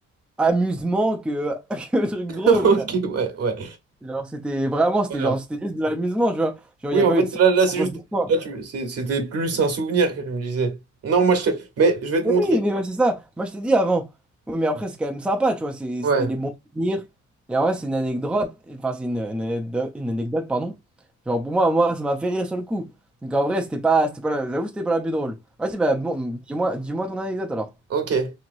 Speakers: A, in the centre; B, on the right.
A: amusement que, <laughs> que truc
B: <laughs>
A: drôle,
B: ok,
A: frère.
B: ouais, ouais.
A: Genre c'était vraiment, c'était
B: Voilà.
A: genre c'était juste de l'amusement, tu vois. Genre
B: Oui,
A: il n'y a
B: en
A: pas
B: fait,
A: eu de sanction
B: là, là c'est
A: quoi
B: juste.
A: que ce soit.
B: Là, tu... c'est- C'était plus un souvenir que tu me disais. Non, moi, je te... Mais je vais te
A: Mais
B: montrer.
A: oui, mais ouais, c'est ça. Moi je t'ai dit avant. Oui, mais après c'est quand même sympa, tu vois. C'est-
B: Ouais.
A: C'était des bons souvenirs. Et en vrai c'est une anecdote, enfin c'est une, une anecdote, une anecdote, pardon. Genre pour moi, moi ça m'a fait rire sur le coup. Donc en vrai c'était pas, c'était pas, la- j'avoue c'était pas la plus drôle. Ouais, c'est bah bon, dis-moi, dis-moi ton anecdote alors.
B: Ok.